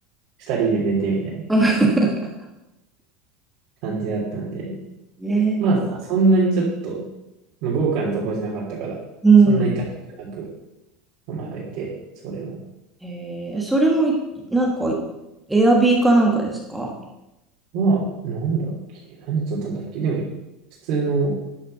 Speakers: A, on the right; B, in the centre.
A: 2人で寝てみたいな
B: <laughs>
A: 感じだったんで、
B: ね、
A: まあさ、そんなにちょっと、まあ、豪華なとこじゃなかったから、
B: うん。
A: そんなに高くなく飲まれて、それも。
B: えー、それもい、なんか、エアビーかなんかですか
A: まあ、なんだっけ、何取ったんだっけ、でも、普通の、